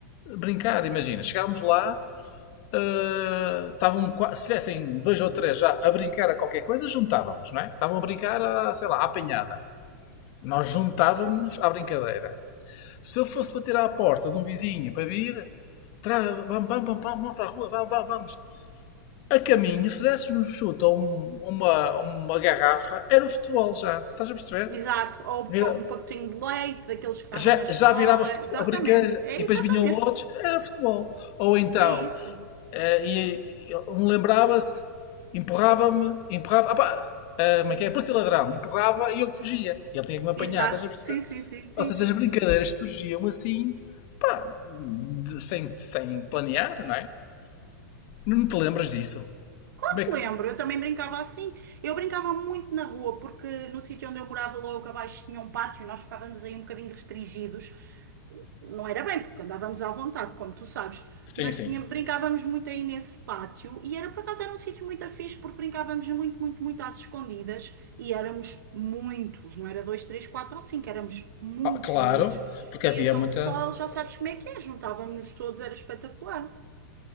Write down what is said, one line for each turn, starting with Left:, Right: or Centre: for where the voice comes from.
Left: brincar. Imagina, chegámos lá, ah, estavam, qua- se tivessem dois ou três já a brincar a qualquer coisa, juntávamos, não é? Estavam a brincar, a, sei lá, à apanhada. Nós juntávamos à brincadeira. Se eu fosse bater à porta de um vizinho para vir, tra- vamos, vamos, vamos, vamos para a rua, vamos, vamos, vamos a caminho, se desses um chute ou um- uma, uma garrafa, era o futebol já. Estás a perceber?
Right: Exato. Ou
Left: Vira-
Right: com um pacotinho de leite daqueles que estavam
Left: Já,
Right: na escola.
Left: já virava futebol,
Right: Exatamente.
Left: a brincadeira
Right: É
Left: e depois
Right: exatamente.
Left: vinham outros, era futebol. Ou então,
Right: É isso.
Left: eh, e, e- um lembrava-se, empurrava-me, empurrava, opá, eh, como é que é? Parecia ladrão, empurrava e eu fugia. E ele tinha que me apanhar,
Right: Exato.
Left: estás a perceber?
Right: Sim, sim, sim, sim,
Left: Ou seja,
Right: sim,
Left: as brincadeiras
Right: sim.
Left: surgiam assim, pá, de- sem, sem planear, não é? Não te lembras disso?
Right: Porque
Left: Como é que.
Right: lembro, eu também brincava assim. Eu brincava muito na rua, porque no sítio onde eu morava logo abaixo tinha um pátio e nós ficávamos aí um bocadinho restringidos. não era bem, porque andávamos à vontade, como tu sabes,
Left: Sim,
Right: mas
Left: sim.
Right: tinha- brincávamos muito aí nesse pátio e era por acaso era um sítio muito fixe porque brincávamos muito, muito, muito às escondidas e éramos muitos, não era dois, três, quatro ou cinco, éramos muitos
Left: Ah, claro,
Right: miúdos.
Left: porque
Right: E
Left: havia
Right: então
Left: muita.
Right: o pessoal, já sabes como é que é, juntávamos-nos todos, era espetacular.